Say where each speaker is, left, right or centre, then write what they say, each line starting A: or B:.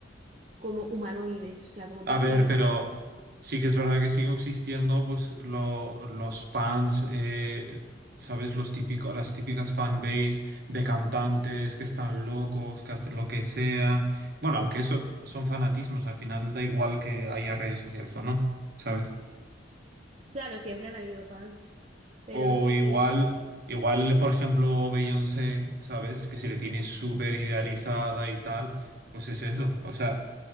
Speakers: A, on the right; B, on the right.
A: como humanoides, o sea, como
B: A
A: personas.
B: ver, pero sí que es verdad que siguen existiendo pues lo- los fans, eh, ¿sabes? Los típicos, las típicas fanbase de cantantes que están locos, que hacen lo que sea. Bueno, aunque eso son fanatismos, al final da igual que haya redes sociales o no, ¿sabes?
A: Claro, siempre han habido fans, pero
B: O
A: sí,
B: igual,
A: sí,
B: igual, por ejemplo, Beyoncé, ¿sabes? Que se le tiene súper idealizada y tal, pues es eso. O sea,